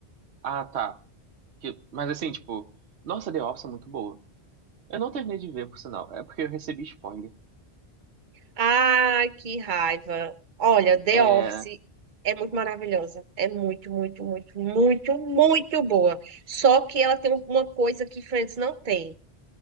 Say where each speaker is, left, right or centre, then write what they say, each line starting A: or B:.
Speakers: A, on the right; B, on the right.
A: ah, tá. Que- mas assim, tipo, nossa, The Office é muito boa. Eu não terminei de ver, por sinal, é porque eu recebi spoiler.
B: Ai, que raiva. Olha, The
A: É,
B: Office é muito maravilhosa. É muito, muito, muito, muito, muito boa. Só que ela tem uma coisa que Friends não tem.